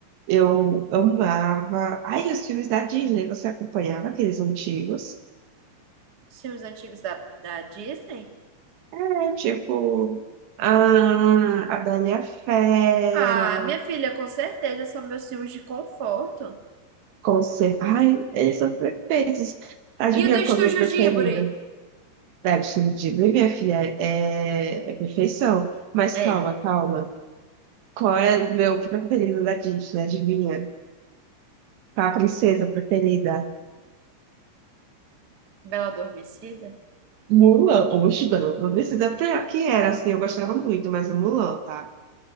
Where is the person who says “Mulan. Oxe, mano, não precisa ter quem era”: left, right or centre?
Right